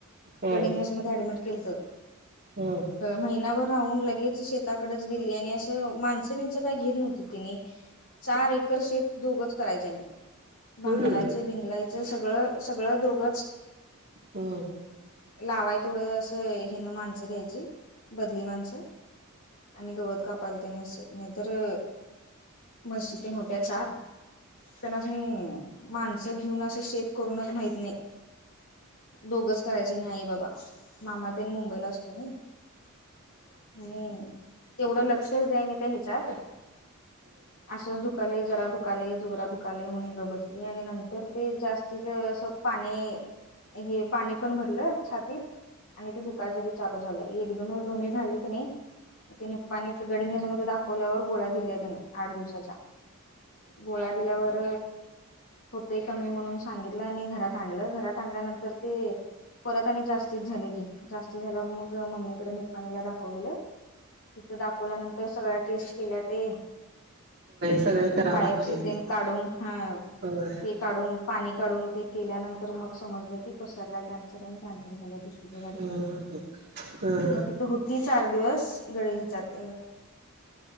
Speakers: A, on the right; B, on the left.
A: हं
B: गडंहिंग्लज मधं ऍडमिट केलतं
A: हं
B: महिनाभर राहून लगेच शेताकडच गेली आणि असं माणसं बिणसं काय घेत नव्हती तिनी
A: <inaudible>
B: चार एकर शेत दोघंच करायचने.
A: होय
B: भांगलायचे भिंगलायचं सगळं सगळं दोघंच
A: हम
B: लावाय तेवढं असं हेनं माणसं घ्यायची, बदली माणसं आणि गवत कापायला त्यानी असं नाही तरर म्हशी ते मोठ्या चार त्यांना <unintelligible> माणसं घेऊन असं शेत करूनच माहित नाही. दोघच करायचे आणि आई बाबा. मामा तेन मुंबईला असतोय नहि. आणि तेवढं लक्षच द्यान ते ह्याच्यात असंच दुखयलं जरा दुखायलं जोरा दखायलं म्हणून गप बसली आणि नंतर ते जास्तीत असं पाणी हे पाणी पण भरलं छातीत आणि ते दुकायचं बी चालू झालं एकदमच दोन्ही झालं की नाही ते निप्पानी गडहिंग्लज मध्ये दाखवल्यावर गोळ्या दिल्या त्यानं, आठ दिवसाच्या गोळ्या लावर होतय कमी म्हणून सांगितलं आणि घरात आणलं घरात आणल्यानंतर ते परत आणि जास्त झा कीस् झाल्यावर मग मम्मीकडे निणी दाखवले तिथ दाखवल्यानंतर तर सगळ्या टेस्ट केल्या ते
A: सगळं करावं
B: वायप
A: लागतयच
B: सी तेन
A: ते
B: काढून हा
A: होय
B: हे काढून पाणी काढून ते केल्यानंतर मग समजलं की पसरला कॅन्सर आणि कनसर
A: हम्म हम्म हम्म
B: मग तिथ होती चार दिवस ग. तथ